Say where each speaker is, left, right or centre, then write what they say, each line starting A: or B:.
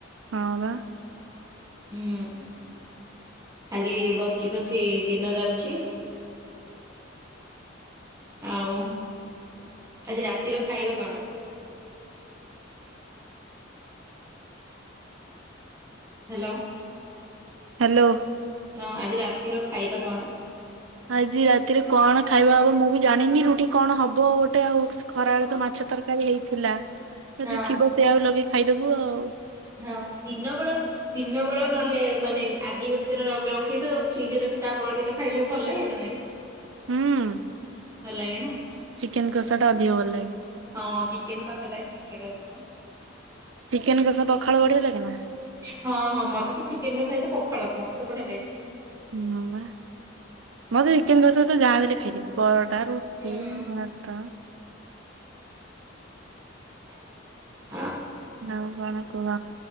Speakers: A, on the right (about 75°); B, on the right (about 15°).
A: ହଁ ବା।
B: ଉଁ। ଖାଲି ବସି ବସି ଦିନ ଯାଉଚି। ଆଉ ଆଜି ରାତିର ଖାଇବା କଣ? ହ୍ୟାଲୋ।
A: ହ୍ୟାଲୋ।
B: ହଁ ଆଜି ରାତିର ଖାଇବା କଣ?
A: ଆଜି ରାତିରେ କଣ ଖାଇବା ହବ ମୁଁ ବି ଜାଣିନି ରୁଟି କଣ ହବ ଗୋଟେ ଆଉ ଏକ୍ସ୍ ଖରାଏଳେ ତ ମାଛ ତରକାରୀ ହେଇଥିଲା ଯଦି
B: ହଁ
A: ଥିବ ସେଇଆଉ ଲଗେଇ ଖାଇଦବୁ ଆଉ।
B: ହଁ ଦିନ ବେଳ ଦିନ ବେଳ ନହେଲେ ମାନେ ଆଜି ଗୋଟେ ଦିନ ର ରଖିଥାଉ ଫ୍ରିଜରେ ରଖି ତା ପରଦିନ ଖାଇଲେ ଭଲ ଲାଗେ ନା ନାଇଁ?
A: ହୁଁ।
B: ଭଲ ଲାଗେ ନାଁ?
A: ଚିକେନ କଷା ଟା ଅଧିକ ଭଲ ଲାଗେ।
B: ହଁ ଚିକେନ କଷାଟା ଲାଗେ ଅଧିକ।
A: ଚିକେନ କସା ପଖାଳ ବଢ଼ିଆ ଲାଗେନା।
B: ହଁ ହଁ ମତେ ତ ଚିକେନ କସା ସହିତ ପଖାଳ ମତେ ବଢ଼ିଆ ଲାଗେ।
A: ହଁ ପା ମତେ ଚିକେନ୍ କସା ସହିତ ଯାହା ଦେଲେ ଖାଇଦେବି ପରଟା ରୁଟି
B: ହୁଁ
A: ଭାତ।
B: <unintelligible>
A: ଆଉ କଣ? କୁହ।